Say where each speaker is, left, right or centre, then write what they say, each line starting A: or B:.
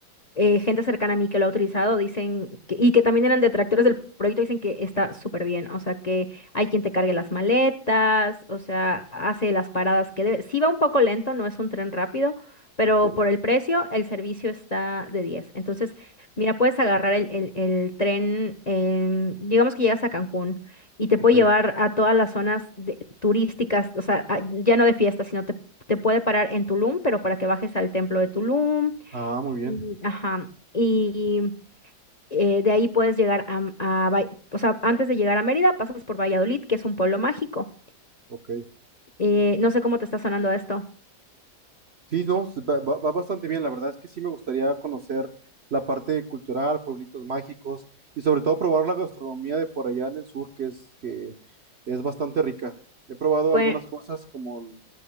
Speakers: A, on the left; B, on the right.
A: eh, gente cercana a mí que lo ha utilizado dicen que- y que también eran detractores del proyecto, dicen que está súper bien. O sea, que hay quien te cargue las maletas, o sea, hace las paradas que debe. Sí va un poco lento, no es un tren rápido, pero
B: ok,
A: por el precio, el servicio está de diez Entonces, mira, puedes agarrar el, el- el tren, en- digamos que llegas a Cancún y te
B: Ok.
A: puede llevar a todas las zonas de- turísticas, o sea, a- ya no de fiesta, sino te, te puede parar en Tulum, pero para que bajes al templo de Tulum
B: Ah, muy bien.
A: y, ajá, y eh, de ahí puedes llegar a, a Val- o sea, antes de llegar a Mérida pasas por Valladolid, que es un pueblo mágico.
B: Ok.
A: Eh, no sé cómo te está sonando esto.
B: Sí, no, s- va, va- va bastante bien. La verdad es que sí me gustaría conocer la parte cultural, pueblitos mágicos y sobre todo probar la gastronomía de por allá en el sur, que es, que es bastante rica. He probado
A: Pues
B: algunas cosas como